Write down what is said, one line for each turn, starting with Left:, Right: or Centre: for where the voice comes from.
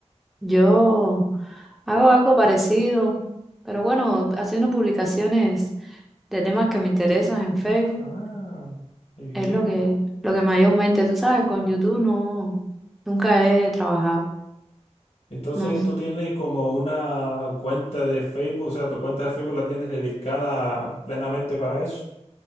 Centre: Yo hago algo parecido, pero bueno, haciendo publicaciones de temas que me interesan en Facebook.
Left: Ah, qué bien.
Centre: Es lo que, lo que mayormente, tú sabes, con YouTube no, nunca he trabajado.
Left: Entonces
Centre: No
Left: tú
Centre: sé.
Left: tienes como una cuenta de Facebook, o sea, tu cuenta de Facebook la tienes dedicada plenamente para eso.